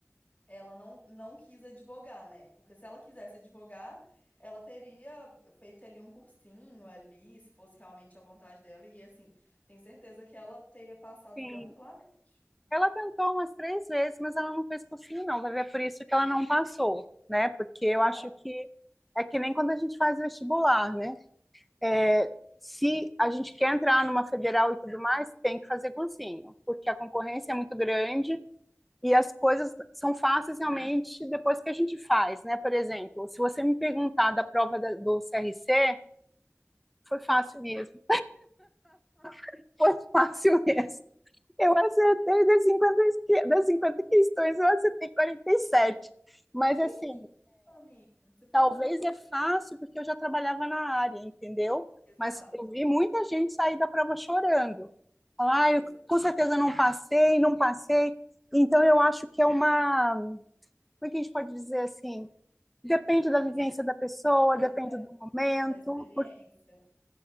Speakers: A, on the left; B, in the centre.
A: ela não, não quis advogar, né? Porque se ela quisesse advogar, ela teria feito ali um cursinho ali, se fosse realmente a vontade dela, e assim, tenho certeza que ela teria passado
B: Sim,
A: tranquilamente.
B: ela tentou umas três vezes, mas ela não fez cursinho, não. Vai ver é por isso que ela não passou, né? Porque
A: Exato.
B: eu acho que é que nem quando a gente faz vestibular, né? é, se a gente quer entrar numa federal e tudo mais, tem que fazer cursinho, porque a concorrência é muito grande e as coisas são fáceis realmente depois que a gente faz, né? Por exemplo, se você me perguntar da prova da, do CRC, foi fácil mesmo, <laughs> foi fácil mesmo. Eu acertei das 50, das 50 questões, eu acertei quarenta e sete Mas,
A: Que
B: assim,
A: isso, amiga? Você foi
B: Talvez
A: muito
B: é
A: bem.
B: fácil porque eu já trabalhava na área, entendeu?
A: Exato.
B: Mas eu vi muita gente sair da prova chorando. Falar,
A: Pois
B: ah, eu
A: é,
B: com certeza não passei, não passei. Então eu acho que é uma, como é que a gente pode dizer assim? Depende da vivência da pessoa,
A: exato.
B: depende do momento,
A: Da experiência.